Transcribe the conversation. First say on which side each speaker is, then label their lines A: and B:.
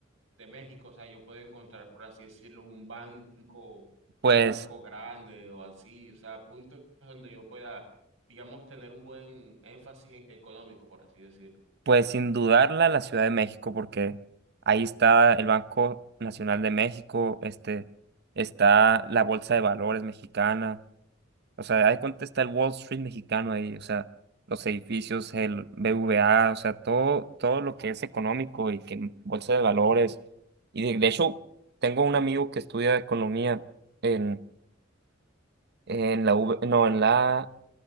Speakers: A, on the right (about 75°); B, on the right (about 55°).
A: de México, o sea, yo puedo encontrar, por así decirlo, un banco,
B: Pues,
A: un banco grande o así, o sea, puntos donde yo pueda, digamos, tener un buen énfasis e- económico, por así decirlo.
B: pues sin dudarla la Ciudad de México, porque ahí está el Banco Nacional de México, este, está la Bolsa de Valores mexicana, O sea, ahí cuenta está el Wall Street mexicano ahí, o sea, los edificios, el BVA, o sea, todo, todo lo que es económico y que bolsa de valores. Y de, de hecho, tengo un amigo que estudia economía en, en la UV no, en la